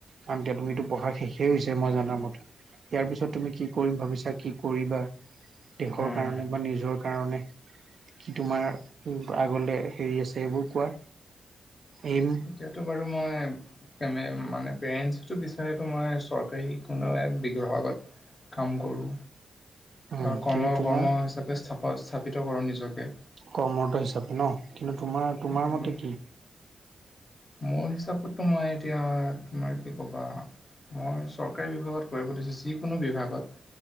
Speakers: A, on the right; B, on the left.
A: কাৰণ এতিয়া তুমিতো পঢ়া শেষেই হৈছে মই জানা মতে। ইয়াৰ পিছত তুমি কি কৰিম ভাবিছা, কি কৰিবা। দেশৰ
B: উম,
A: কাৰণে বা নিজৰ কাৰণে কি তোমাৰ আগলৈ হেৰি আছে, এইবোৰ কোৱা, এইম
B: এতিয়াতো বাৰু মই এমে মানে পেৰেন্টো বিচাৰেটো মই চৰকাৰী কোনো বিহুৰ আগত। কাম কৰো
A: উম,
B: বা
A: কিন্তু
B: কৰ্ম
A: তোমাৰ
B: কৰ্ম হিচাপে স্থাপ স্থাপিত কৰোঁ নিজকে।
A: কৰ্মৰত হিচাপে ন কিন্তু তোমাৰ তোমাৰ
B: উম।
A: মতে কি?
B: মোৰ হিচাপততো মই এতিয়া তোমাৰ কি ক'বা মই চৰকাৰী বিভাগত। কৰিব দিছে, যিকোনো বিভাগত।